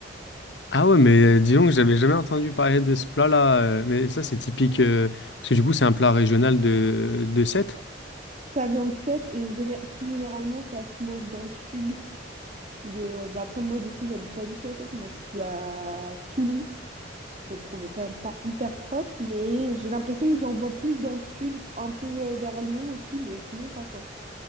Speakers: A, on the left; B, on the right.
A: Ah ouais, mais euh, dis donc, j'avais jamais entendu parler de ce plat-là. euh, mais ça, c'est typique, euh, parce que du coup, c'est un plat régional de, de Sète.
B: Ça vient de Sète et géné- plus généralement, ça se mange dans le sud. Je suis de... bah après, moi, du coup, j'habite pas du tout à Sète. Moi, je suis à Toulon. Donc, on n'est quand même pas hyper proche. Mais j'ai l'impression que j'en vois plus dans le sud, un peu euh, vers Lyon aussi, mais sinon, pas tant.